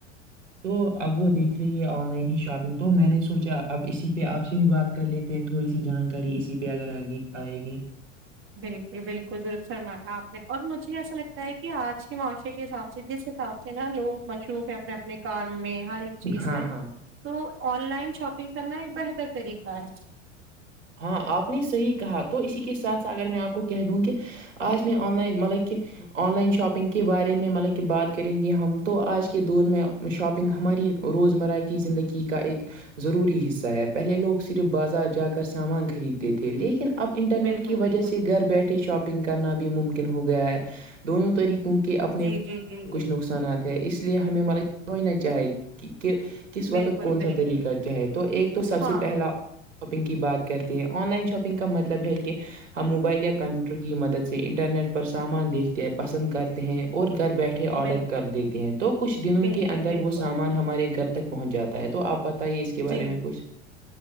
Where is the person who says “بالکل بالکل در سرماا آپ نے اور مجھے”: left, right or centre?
Right